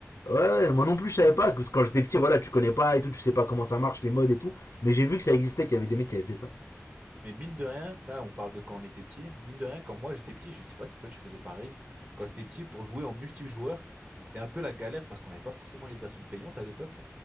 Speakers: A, on the left; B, on the right.
A: Ouais, ouais, ouais, moi non plus, je savais pas. Parce que quand j'étais petit, voilà, tu connais pas et tout, tu sais pas comment ça marche, les modes et tout. Mais j'ai vu que ça existait, qu'il y avait des mecs qui avaient fait ça.
B: Mais mine de rien, là, on parle de quand on était petit. Mine de rien, quand moi j'étais petit, je sais pas si toi tu faisais pareil. Quand j'étais petit, pour jouer en multijoueur, c'était un peu la galère parce qu'on n'avait pas forcément les versions payantes à l'époque.